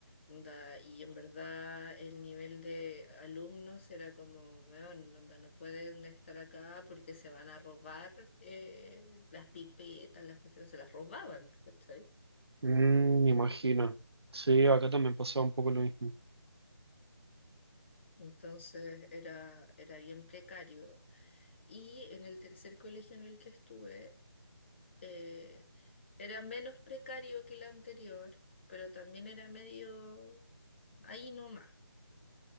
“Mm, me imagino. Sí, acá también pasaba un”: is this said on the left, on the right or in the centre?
Right